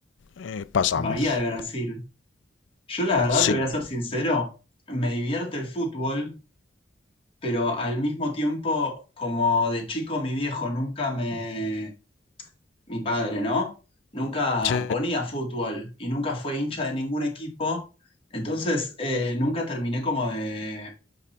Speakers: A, on the left; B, on the left.
A: eh, pasamos.
B: Bahía de Brasil. Yo la verdad,
A: Sí.
B: te voy a ser sincero, me divierte el fútbol, pero al mismo tiempo, como de chico, mi viejo nunca me, mi padre, ¿no? Nunca
A: Sí,
B: ponía fútbol y nunca fue hincha de ningún equipo. Entonces, eh, nunca terminé como de